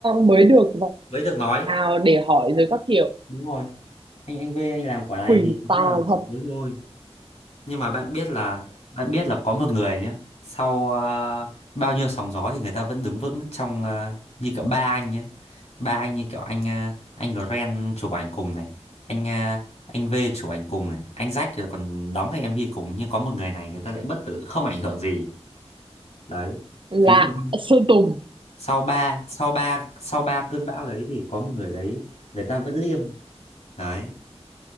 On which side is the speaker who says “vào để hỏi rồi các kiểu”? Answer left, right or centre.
Right